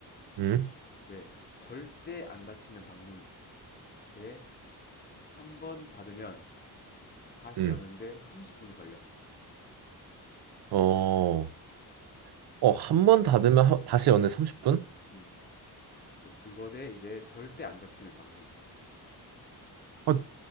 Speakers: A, on the right (about 75°); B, on the left (about 25°).
A: 음.
B: 이제 절대 안 닫히는 방문. 대, 한 번 닫으면 다시
A: 음.
B: 여는데 30분 걸려.
A: 어, 어, 한 번 닫으면 하- 다시 연애 30분?
B: 음, 대- 그거 대 이제 절대 안 닫히는 방문.
A: 아,